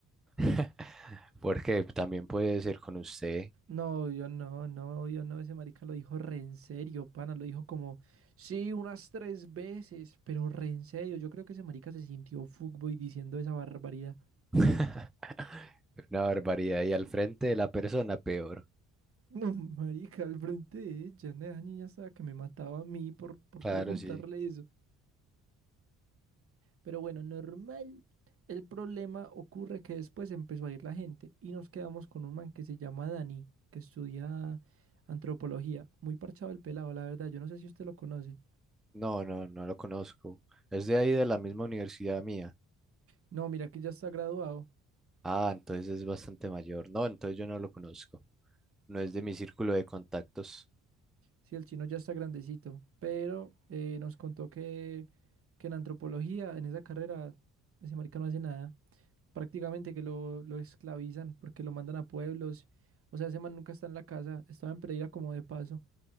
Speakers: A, in the centre; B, on the right.
A: <laughs> porque también puede ser con usted.
B: No, yo no, no, yo no. Ese marica lo dijo re en serio, pana. Lo dijo como, sí, unas tres veces, pero re en serio. Yo creo que ese marica se sintió fuckboy diciendo esa barbaridad.
A: <laughs> Una barbaridad. Y al frente de la persona, peor.
B: No, marica, al frente de ella, ¿no? esa niña estaba que me mataba a mí por, por
A: Claro,
B: preguntarle
A: sí.
B: eso. Pero bueno, normal. El problema ocurre que después empezó a ir la gente y nos quedamos con un man que se llama Dani, que estudia antropología. Muy parchado el pelado, la verdad. Yo no sé si usted lo conoce.
A: No, no, no lo conozco. Es de ahí de la misma universidad mía.
B: No, mira que ya está graduado.
A: Ah, entonces es bastante mayor. No, entonces yo no lo conozco. No es de mi círculo de contactos.
B: Sí, el chino ya está grandecito. Pero eh, nos contó que, que en antropología, en esa carrera, ese marica no hace nada. prácticamente que lo, lo esclavizan porque lo mandan a pueblos. O sea, ese man nunca está en la casa, estaba en Pereira como de paso.